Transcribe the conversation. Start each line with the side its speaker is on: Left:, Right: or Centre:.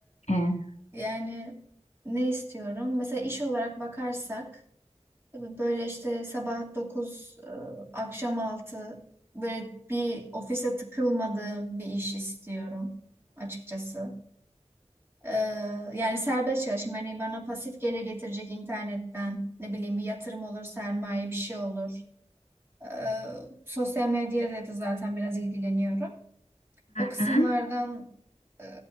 Left: Ee, hı
Right: yani ne istiyorum? Mesela iş olarak bakarsak böyle işte sabah dokuz e, akşam altı böyle bir ofise tıkılmadığım bir iş istiyorum açıkçası. Ee, yani serbest çalışayım. Hani bana pasif gelir getirecek internetten. Ne bileyim bir yatırım olur, sermaye bir şey olur. Ee, sosyal medyada da zaten biraz ilgileniyorum. O kısımlardan
Left: hı.
Right: e,